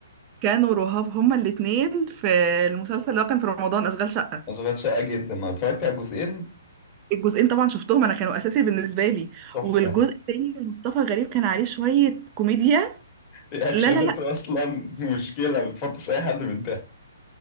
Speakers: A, on the right; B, on the left.
A: كانوا رهاب هما الاتنين في المسلسل اللي هو كان في رمضان أشغال شقة
B: اشغال شاقه جدا انا اتفرجت على الجزئين
A: الجزئين طبعا شفتهم انا كانوا اساسي بالنسبه لي
B: تحفه
A: والجزء التاني مصطفى غريب كان عليه شويه كوميديا
B: رياكشنات
A: لا لا لا
B: اصلا مشكله بتفطس اي حد من ده.